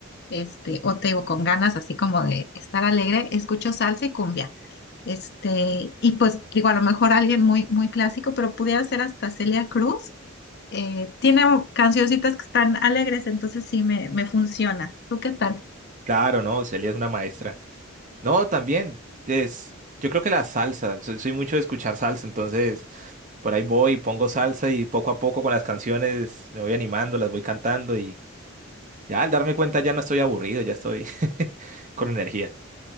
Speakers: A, on the left; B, on the right.
A: este, o te digo con ganas así como de estar alegre, escucho salsa y cumbia. Este, y pues digo, a lo mejor alguien muy, muy clásico, pero pudiera ser hasta Celia Cruz. Eh, tiene cancioncitas que están alegres, entonces sí me, me funciona. ¿Tú qué tal?
B: Claro, no, Celia es una maestra. No, también. Es, yo creo que la salsa. Soy, soy mucho de escuchar salsa, entonces por ahí voy, pongo salsa y poco a poco con las canciones me voy animando, las voy cantando y ya al darme cuenta ya no estoy aburrido, ya estoy <laughs> con energía.